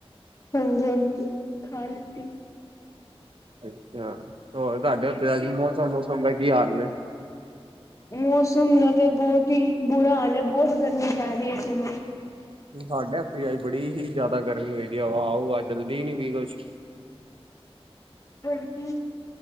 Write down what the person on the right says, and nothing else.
ਅੱਛਾ, ਹੋਰ ਤੁਹਾਡੇ- ਉੱਥੇ ਅੱਜ ਮੌਸਮ ਮੌਸਮ ਦਾ ਕੀ ਹਾਲ ਨੇ
ਸਾਡੇ ਇੱਥੇ ਅੱਜ ਬੜੀ ਹੀ ਜਿਆਦਾ ਗਰਮੀ ਹੋਈ ਦੀ ਆ ਹਵਾ ਹੁਆ ਚਲਦੀ ਵੀ ਨੀ ਕੁਛ।